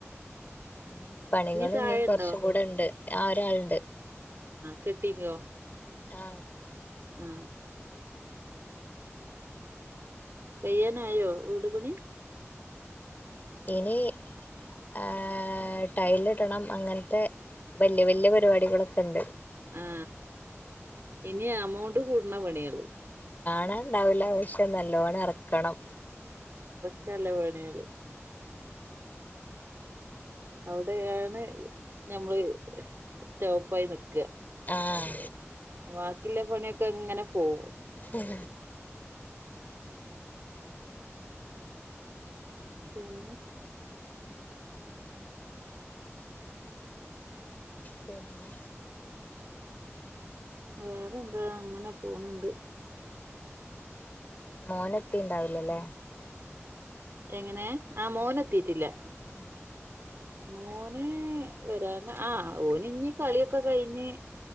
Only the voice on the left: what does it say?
ഇനി പണികളിനി
കൊറച്ചുക്കൂടെയൊണ്ട്. ആ ഒരാളൊണ്ട്.
ആ
ഇനി ഏ ടൈല് ഇടണം അങ്ങനത്തെ വല്യ വല്യ പരിപാടികളൊക്കെ ഉണ്ട്.
അങ്ങനെ ഉണ്ടാവൂല്ല പക്ഷേ നല്ലോണം ഇറക്കണം.
ആഹ്
ഉം
പിന്നെ
മോനത്തി ഉണ്ടാവിലല്ലേ?
ഉം